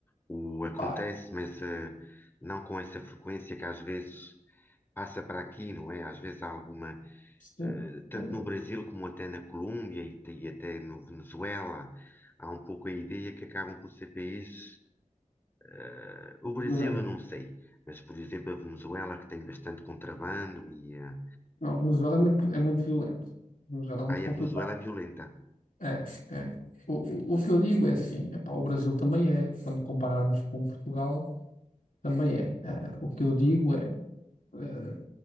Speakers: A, on the left; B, on the left.
A: O acontece,
B: pá,
A: mas eh, não com essa frequência que às vezes passa para aqui, não é? Às vezes há alguma,
B: sim,
A: eh, tanto
B: é
A: no Brasil como até na Colômbia e, te- e até no Venezuela, há um pouco a ideia que acabam por ser países. eh, o Brasil
B: violento.
A: eu não sei, mas por exemplo a Venezuela que tem bastante contrabando e eh,
B: Não, Venezuela é muito, é muito violento. Venezuela é muito
A: aí
B: complicado.
A: a Venezuela é violenta.
B: É, é. O, o, o que eu digo é assim, epá, o Brasil também é, quando compararmos com Portugal, também é. Eh, o que eu digo é, eh,